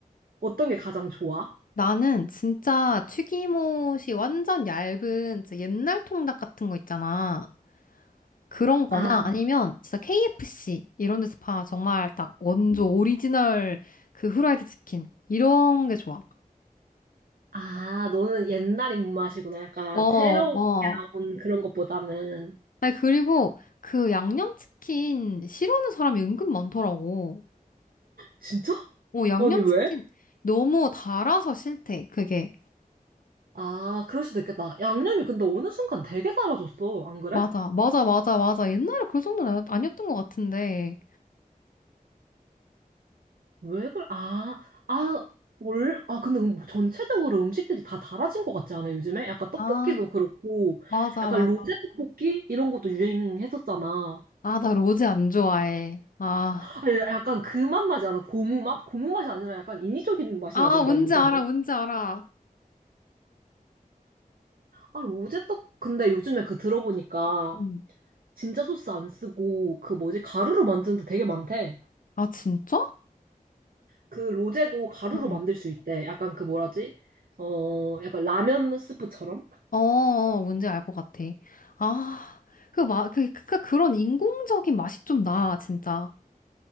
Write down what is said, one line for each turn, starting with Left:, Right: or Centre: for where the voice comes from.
Right: 어떤 게 가장 좋아?
Left: 나는 진짜 튀김옷이 완전 얇은 진짜 옛날 통닭 같은 거 있잖아. 그런 거나
Right: 아,
Left: 아니면 진짜 KFC 이런 데서 파 정말 딱 원조 오리지널 그 후라이드 치킨 이런 게 좋아.
Right: 아, 너는 옛날 입맛이구나. 약간
Left: 어,
Right: 새롭게
Left: 어.
Right: 나온 그런 것보다는.
Left: 아니 그리고 그 양념치킨 싫어하는 사람이 은근 많더라고.
Right: 진짜?
Left: 어, 양념치킨
Right: 아니, 왜?
Left: 너무 달아서 싫대. 그게.
Right: 아, 그럴 수도 있겠다. 양념이 근데 어느 순간 되게 달아졌어. 안 그래?
Left: 맞아. 맞아. 맞아. 맞아. 옛날에 그 정도는 아니- 아니었던 것 같은데.
Right: 왜 그래? 아, 아, 올, 아, 근데 음- 전체적으로 음식들이 다 달아진 것 같지 않아, 요즘에? 약간 떡볶이도
Left: 아,
Right: 그렇고,
Left: 맞아.
Right: 약간 로제 떡볶이? 이런 것도 유행했었잖아.
Left: 아, 나 로제 안 좋아해. 아,
Right: 아니, 약간 그 맛 나지 않아? 고무 맛? 고무 맛이 아니라 약간 인위적인 맛이
Left: 아,
Right: 나던데,
Left: 뭔지
Right: 로제는.
Left: 알아, 뭔지 알아.
Right: 아, 로제 떡, 근데 요즘에 그 들어보니까
Left: 응
Right: 진짜 소스 안 쓰고 그 뭐지? 가루로 만드는 데 되게 많대.
Left: 아, 진짜?
Right: 그 로제도 가루로
Left: 응
Right: 만들 수 있대. 약간 그 뭐라지? 어, 약간 라면 스프처럼?
Left: 어, 어, 뭔지 알 것 같아. 아, 그, 마, 그, 그, 그, 그런 인공적인 맛이 좀 나, 진짜.